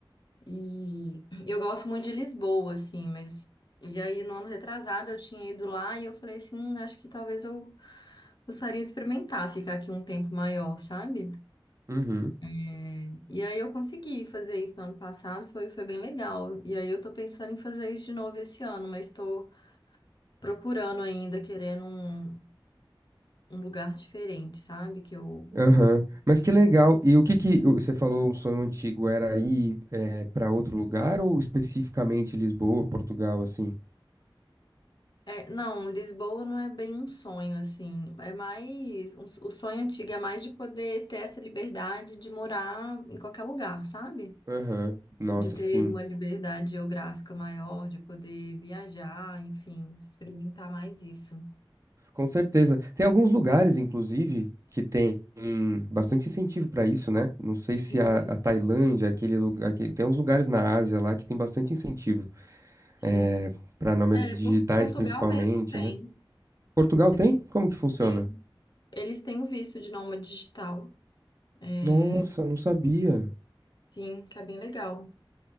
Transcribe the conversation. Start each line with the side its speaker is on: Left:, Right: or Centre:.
Left: E eu gosto muito de Lisboa, assim, mas. E aí, no ano retrasado, eu tinha ido lá e eu falei assim: "Hum, acho que talvez eu gostaria de experimentar ficar aqui um tempo maior, sabe?
Right: Uhum.
Left: É, E aí, eu consegui fazer isso no ano passado, foi, foi bem legal. E aí, eu tô pensando em fazer isso de novo esse ano, mas tô procurando ainda, querendo um, um lugar diferente, sabe? Que eu.
Right: Aham. Mas
Left: hum,
Right: que legal. E o que que o- você falou, um sonho antigo era ir é, para outro lugar ou especificamente Lisboa, Portugal, assim?
Left: É, não, Lisboa não é bem um sonho, assim. É mais. um- o sonho antigo é mais de poder ter essa liberdade de morar em qualquer lugar, sabe?
Right: Aham. Nossa,
Left: De ter
Right: sim.
Left: uma liberdade geográfica maior, de poder viajar, enfim, experimentar mais isso.
Right: Com certeza. Tem alguns lugares, inclusive, que tem bastante incentivo para isso, né? Não sei se
Left: Muito.
Right: a, a Tailândia, aquele lugar, que tem uns lugares na Ásia lá que tem bastante incentivo,
Left: Sim.
Right: é, para nômades
Left: É, Por-
Right: digitais,
Left: Portugal
Right: principalmente,
Left: mesmo tem.
Right: né? Portugal
Left: Tem.
Right: tem? Como que funciona?
Left: Tem. Eles têm o visto de nômade digital. É,
Right: Nossa, não sabia.
Left: sim, que é bem legal.